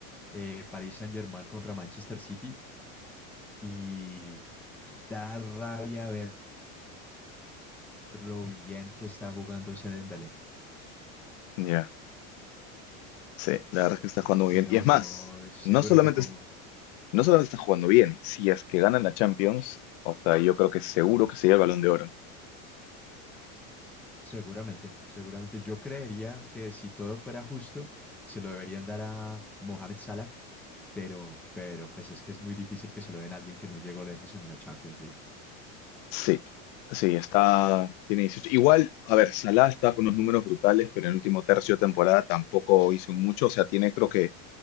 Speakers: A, in the centre; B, on the left.
A: eh, París Saint-Germain contra Manchester City y da rabia ver lo bien que está jugando ese Dembélé.
B: Ya, sí, la verdad es que está jugando muy
A: Sí,
B: bien.
A: no,
B: Y es más,
A: no, seguro
B: no solamente,
A: que como,
B: es- no solamente está jugando bien, si es que ganan la Champions, o sea, yo creo que seguro que se lleva el Balón de Oro.
A: seguramente, seguramente. Yo creería que si todo fuera justo, se lo deberían dar a Mohamed Salah, pero, pero pues es que es muy difícil que se lo den a alguien que no llegó lejos en una Champions League.
B: Sí, sí, está, tiene 18. Igual, a ver, Salah está con unos números brutales, pero en el último tercio de temporada tampoco hizo mucho. O sea, tiene creo que